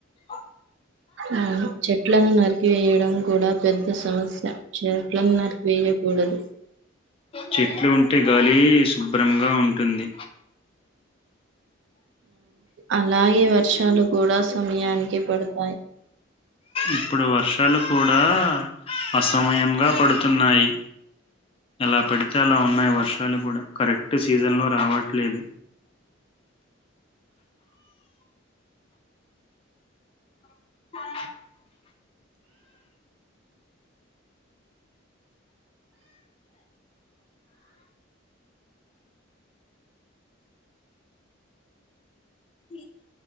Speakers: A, on the left; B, on the right.
A: ఆ
B: ఆ చెట్లను నరికివేయడం కూడ పెద్ద సమస్ చెట్లను నరికేయ్యకూడదు
A: చెట్లు ఉంటే గాలి శుభ్రంగా ఉంటుంది
B: అలాగే వర్షాలు కూడ సమయానికి పడుత
A: ఇప్పుడు వర్షాలు కూ డా అసమయంగా పడుతున్నాయి ఎలా పడితే అలా ఉన్నాయి వర్షాలు కూడ కరెక్ట్ సీజన్లో రావట్లేదు ఆ మీ